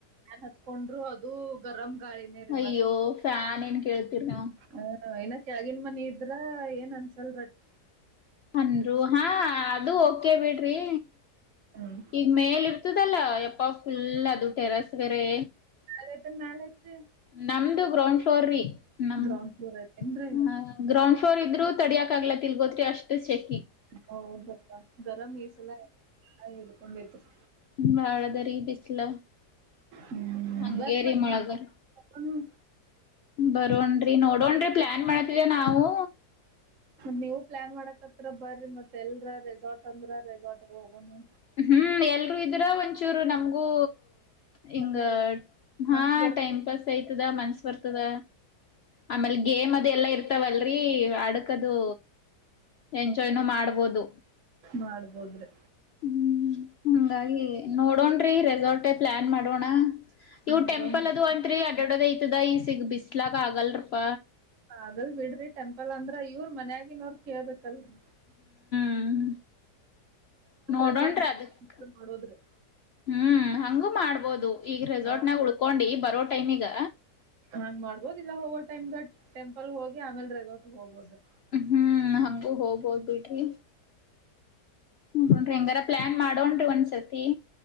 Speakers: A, on the right; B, on the left.
A: ನಾನ್ ಹಚ್ಕೊಂಡ್ರು ಅದು ಗರಂ. ಗಾಯೀನೇರಿ
B: ಅಯ್ಯೋ
A: ಮತ್
B: ಫ್ಯಾನ್ ಏನ್ ಕೇಳ್ತೀರಿ ನೀವು
A: ಹ. ಇನ ತೆಳಗಿನ್ ಮನಿ ಇದ್ರ ಏನ್ ಅನ್ಸಲರ್ಟ್.
B: ಅಂದ್ರು ಹಾ ಅದು. ಬಿಡ್ರಿ
A: ಹ್ಮ್
B: ಇಗ್ ಮೇಲ್ ಇರ್ತದಲ್ಲ ಯಪ್ಪ ಫುಲ್ ಅದು. ಟೆರಸ್ ಬೇರೆ.
A: ಕೆಳಗ್ ಐತೇನ್ ಮ್ಯಾಲ್ ಐತ್ರಿ
B: ನಮ್ದು ಗ್ರೌಂಡ್ ಫ್ಲೋರ್ ರೀ ನಮ್ದ
A: ಗ್ರೌಂಡ್ ಫ್ಲೋರ್ ಐತೇನ್ರಿ
B: ಹ ಗ್ರೌಂಡ್ ಫ್ಲೋರ್. <unintelligible> ರು ತಡಿಯಕ್ ಆಗ್ಲಾತಿಲ್ಗೋತ್ರಿ ಅಷ್ಟು ಶಕೀ.
A: ಹೌದಪ್ಪಾ ಗರಂ ಈ ಸಲಾ ಹಿಡ್ಕೊಂಡಿತ್ರಿ.
B: ಬಾಳದರಿ ಬಿಸ್ಲ
A: ಹ್ಮ್
B: ಹಂಗೇರಿ
A: ಬರ್ರಿ ಮತ್
B: ಮಳೆಗಾಲ.
A: ನಮ್ ಕರ್ಕೊಂಡು
B: ಬರೋಣ್ರಿ ನೋಡಣ್ರಿ ಪ್ಲಾನ್ ಮಾಡ್ತಿದೇವ ನಾವು.
A: ನೀವು ಪ್ಲಾನ್ ಮಾಡಕ್ತ್ರ ಬರ್ರಿ ಮತ್ ಎಲ್ರ ರೆಸಾರ್ಟ್ ಅಂದ್ರ ರೆಸಾರ್ಟಗ ಹೋಗೋನು.
B: ಹ್ಮ್ ಎಲ್ರುೂ ಇದ್ರ ಒಂದ ಒಂಚೂರು ನಮ್ಗೂ. ಹಿಂಗ
A: ಮಜಾ ಬರ್
B: ಹಾ
A: ಮನ್ಸ್ ಬರ್
B: ಟೈಮ್ ಪಾಸ್ ಐ್ತದ ಮನ್ಸ ಬರ್ತದ. ಆಮೇಲ್ ಗೇಮ್ ಅದು ಎಲ್ಲಾ ಇರ್ತಾವಲ್ರರಿ ಆಡಕ್ದು. ಎಂಜಾಯ್ನೂ ಮಾಡ್ಬೋದು.
A: ಮಾಡಬಹುದ್ರಿ.
B: ಹ್ಮ್ ಹಂಗಾಗಿ ನೋಡೋಣ್ರಿ ರೆಸಾರ್ಟೆ ಪ್ಲಾನ್ ಮಾಡೋಣ. ಇವು
A: ಮಾಡೋಣ
B: ಟೆಂಪಲ್ ಅದು ಹೊಂಟ ರಿಅಡ್ಡಾಡದ ಐತದ ಈ ಸಿಗ್ ಬಿಸ್ಲಾಕ್ ಆಗಲ ರಪ್ಪ.
A: ಅಗಲ ಬಿಡ್ರಿ ಟೆಂಪಲ್. ಹ ಇವ್ರ ಮನ್ಯಾಗಿ ನವರ ಕೇಳಬೇಕ್ ಅಲ್ರಿ.
B: ಹ್ಮ್. ನೋಡೋನ್ರಿ
A: ರೆಸಾರ್ಟ್
B: ಅದಕ್
A: ಮಾಡೋದ್ರಿ
B: ಹ್ಮ್ ಹಂಗೂ ಮಾಡ್. ಬಹುದು ಈಗ ರೆಸಾರ್ಟ್
A: ಹಾ
B: ನ್ಯಾಗ ಉಳ್ಕೊಂಡಿ ಬರೋ ಟೈಮ್ ಮೀ ಗ.
A: ಹಂಗ್ ಮಾಡ್ಬೋದು ಇಲ್ಲ ಹೋಗೋ ಟೈಮ್ಗ ಟೆಂಪಲ್ ಹೋಗಿ ಆಮೇಲ್ ರೆಸಾರರ್ಟ್ ಹೋಗ್ಬೋದ್ರಿ.
B: ಹ್ಮ್ ಹಂಗೂ ಹೋಗ. ಹೋಗ ಬಿಡ್ರಿ ಹ ಹಂಗಾರ ಪ್ಲಾನ್ ಮಾಡೋನ್ ರಿ ಒಂದ್ಸ. <unintelligible>